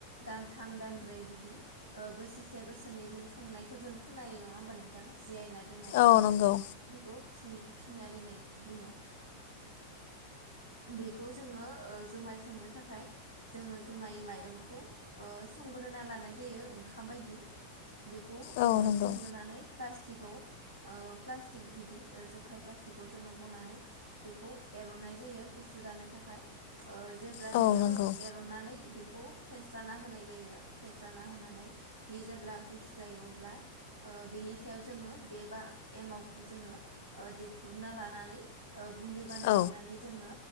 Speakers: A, on the right (about 80°); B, on the left (about 50°).
A: दान थाम दान ब्रै ओ बोसोरसे बोसोरनै जों संनायखौ खोनायो नंङा होमबा नोंथां जियायना दोननाय बुंङो
B: औ नंगौ
A: बेखौ फिसिन फिसिना दोननाय बुंङो बेखौ जोंङो जुमाय संनो थाखाय जोंङो जुमाय माइरंखौ ओ संग्रोना लानाय जायो ओंखाम बायदि बेखौ ओ
B: औ नंगौ
A: संग्रोनानै प्लास्टिकआव ओ प्लास्टिक बिदि जखाय प्लास्टिकखौ जोंङो बनानै बेखौ एरननाय जायो गुसु जानो थाखाय ओ जेब्ला
B: औ
A: बियो
B: नंगौ
A: एरनानै बेखौ बेखौ फेनस्राना होनाय जायो फेस्राना होनानै बियो जेब्ला गुसु जायो अब्ला ओ बेनि सायाव जोङो बे बा एमावखौ जोङो ओ देख्रुबना लानानै ओ गुन्दै बानायजोबनानै
B: औ
A: जोङो